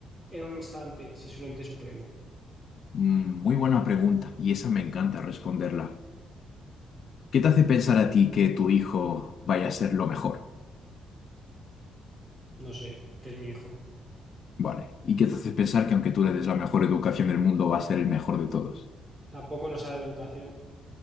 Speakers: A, on the right; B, on the left.
A: en un instante si es un ente supremo?
B: mm, Muy buena pregunta, y esa me encanta responderla. ¿Qué te hace pensar a ti que tu hijo vaya a ser lo mejor?
A: No sé, que es mi hijo.
B: Vale. ¿Y qué te hace pensar que aunque tú le des la mejor educación del mundo, va a ser el mejor de todos?
A: Tampoco nos ha dado educación.